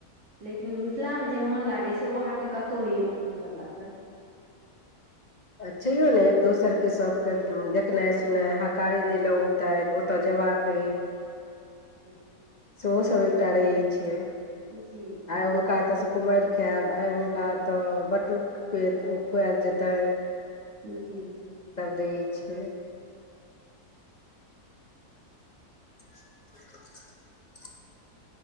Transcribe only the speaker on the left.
अ छैयो ने एक दोसर के सबके देखनाइ सुनाइ हकारी देलहु उते ओतय जेबाक <unintelligible>
सेहो सभ एकटा रहै छै
आइ हुनका ओतऽसँ कुमारि खायब आइ हुनकात बटुक पे खुयाल जेतय
दै छै <inaudible>